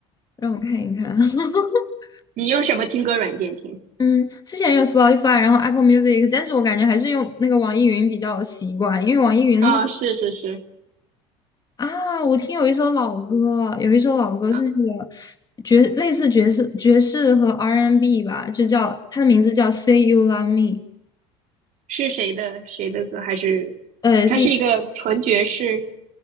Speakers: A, on the left (about 25°); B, on the right (about 60°).
A: 让我看一看。<laughs>
B: 你用什么听歌软件听？
A: 嗯，之前用 Spotify，然后 Apple Music，但是我感觉还是用那个网易云比较习惯，因为网易云的话。
B: 啊，是是是，
A: 啊，我听有一首老歌，有一首老歌是那个
B: 啊，
A: 爵，类似爵士、爵士和 R&B N 吧，就叫它的名字叫《Say You Love Me》，
B: 是谁的谁的歌？还是它是一个纯爵士？
A: 呃，是一